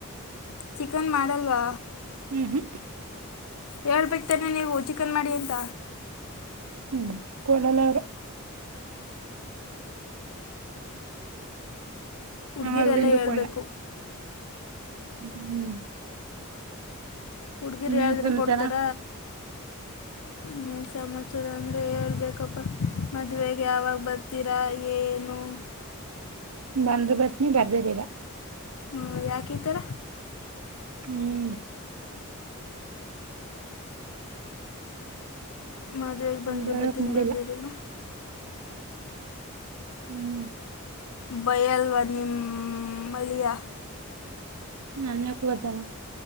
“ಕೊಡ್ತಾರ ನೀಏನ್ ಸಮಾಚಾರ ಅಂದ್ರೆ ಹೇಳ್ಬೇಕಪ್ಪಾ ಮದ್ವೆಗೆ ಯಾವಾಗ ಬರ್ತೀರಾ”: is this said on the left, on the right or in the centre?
Left